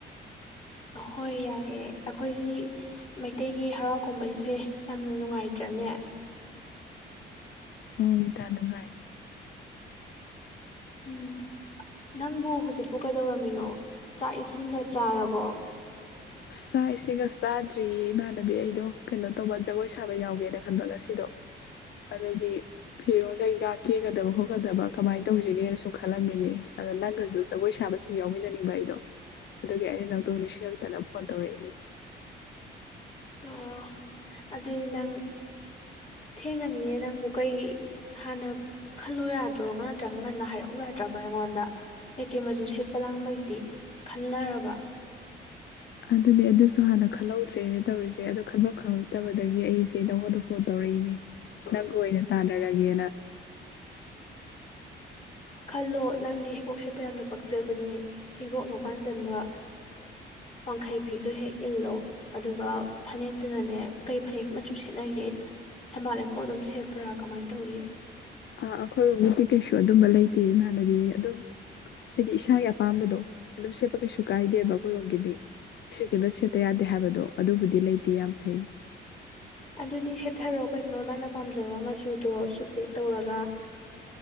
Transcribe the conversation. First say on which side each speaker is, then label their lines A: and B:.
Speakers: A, on the left (about 35°); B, on the left (about 60°).
A: ꯍꯣꯏ ꯌꯥꯏꯌꯦ ꯑꯩꯈꯣꯏꯒꯤ ꯃꯩꯇꯩꯒꯤ ꯍꯔꯥꯎ ꯀꯨꯝꯍꯩꯁꯦ ꯌꯥꯝꯅ ꯅꯨꯡꯉꯥꯏꯇ꯭ꯔꯅꯦ
B: ꯑꯣꯎ ꯏꯇꯥ ꯅꯨꯡꯉꯥꯏ
A: ꯎꯝ ꯅꯪꯕꯨ ꯍꯧꯖꯤꯛꯄꯨ ꯀꯩꯗꯧꯔꯝꯃꯤꯅꯣ ꯆꯥꯛ ꯏꯁꯤꯡꯒ ꯆꯥꯔꯕꯣ
B: ꯆꯥꯛ ꯏꯁꯤꯡꯒ ꯆꯥꯗ꯭ꯔꯤꯌꯦ ꯏꯃꯥꯟꯅꯕꯤ ꯑꯩꯗꯣ ꯀꯩꯅꯣ ꯇꯧꯕ ꯖꯒꯣꯏ ꯁꯥꯕ ꯌꯥꯎꯒꯦꯅ ꯈꯟꯕ ꯉꯁꯤꯗꯣ ꯑꯗꯨꯒꯤ ꯐꯤꯔꯣꯜ ꯀꯩꯀ ꯀꯦꯒꯗꯕ ꯈꯣꯠꯀꯗꯕ ꯀꯃꯥꯏꯅ ꯇꯧꯁꯤꯒꯦꯅ ꯁꯨꯝ ꯈꯜꯂꯝꯃꯤꯅꯦ ꯑꯗ ꯅꯪꯒꯁꯨ ꯖꯒꯣꯏ ꯁꯥꯕ ꯁꯨꯝ ꯌꯥꯎꯃꯤꯟꯅꯅꯤꯡꯕ ꯑꯩꯗꯣ ꯑꯗꯨꯒꯤ ꯑꯩꯅ ꯅꯗꯧ ꯅꯤꯡꯁꯤꯡ ꯇꯅ ꯐꯣꯟ ꯇꯧꯔꯛꯏꯅꯦ
A: ꯑꯣ ꯑꯗꯨꯏꯗꯤ ꯅꯪ ꯊꯦꯡꯉꯅꯤꯅꯦ ꯅꯪꯕꯨ ꯀꯩ ꯍꯥꯟꯅ ꯈꯜꯂꯨ ꯌꯥꯗ꯭ꯔꯣ ꯅꯠꯇ꯭ꯔꯒꯅ ꯉꯟꯅ ꯍꯥꯏꯔꯛꯎ ꯌꯥꯗ꯭ꯔꯕ ꯑꯩꯉꯣꯟꯗ ꯀꯩꯀꯩ ꯃꯆꯨ ꯁꯦꯠꯄ ꯂꯥꯡꯕꯒꯤꯗꯤ ꯈꯂꯔꯕ
B: ꯑꯗꯨꯅꯦ ꯑꯗꯨꯁꯨ ꯍꯥꯟꯅ ꯈꯜꯍꯧꯗ꯭ꯔꯦꯅ ꯇꯧꯔꯤꯁꯦ ꯑꯗꯨ ꯈꯟꯐꯝ ꯈꯪꯔꯛꯇꯕꯗꯒꯤ ꯑꯩꯁꯦ ꯅꯪꯉꯣꯟꯗ ꯐꯣꯟ ꯇꯧꯔꯛꯏꯅꯦ ꯅꯪꯒ ꯑꯣꯏꯅ ꯇꯥꯟꯅꯔꯒꯦꯅ
A: ꯈꯜꯂꯣ ꯅꯪꯗꯤ ꯍꯤꯀꯣꯛꯁꯦ ꯌꯥꯝꯅ ꯄꯛꯆꯕꯅꯤ ꯍꯤꯡꯒꯣꯛꯅ ꯃꯄꯥꯟ ꯆꯟꯕ ꯋꯥꯡꯈꯩ ꯐꯤꯗꯣ ꯍꯦꯛ ꯏꯜꯂꯣ ꯑꯗꯨꯒ ꯐꯅꯦꯛꯇꯨꯅꯅꯦ ꯀꯩ ꯐꯅꯦꯛ ꯃꯆꯨ ꯁꯦꯠꯅꯒꯦ ꯊꯝꯕꯥꯜ ꯂꯩꯈꯣꯛ ꯑꯗꯨꯝ ꯁꯦꯠꯄ꯭ꯔꯥ ꯀꯃꯥꯏꯅ ꯇꯧꯒꯦ
B: ꯑ ꯑꯩꯈꯣꯏꯔꯣꯝꯒꯤꯗꯤ ꯀꯩꯁꯨ ꯑꯗꯨꯝꯕ ꯂꯩꯇꯦ ꯏꯃꯥꯟꯅꯕꯤ ꯑꯗꯨꯝ ꯍꯥꯏꯗꯤ ꯏꯁꯥꯒꯤ ꯑꯄꯥꯝꯕꯗꯣ ꯑꯗꯨꯝ ꯁꯦꯠꯄ ꯀꯩꯁꯨ ꯀꯥꯏꯗꯦꯕ ꯑꯩꯈꯣꯏꯔꯣꯝꯒꯤꯗꯤ ꯁꯤꯁꯤꯃ ꯁꯦꯠꯇ ꯌꯥꯗꯦ ꯍꯥꯏꯕꯗꯣ ꯑꯗꯨꯕꯨꯗꯤ ꯂꯩꯇꯦ ꯌꯥꯝ ꯐꯩ
A: ꯑꯗꯨꯗꯤ ꯁꯦꯊꯔꯣ ꯀꯩꯅꯣ ꯅꯪꯅ ꯄꯥꯝꯖꯕꯥ ꯃꯆꯨ ꯑꯣ ꯁꯨꯠ ꯍꯦꯛ ꯇꯧꯔꯒ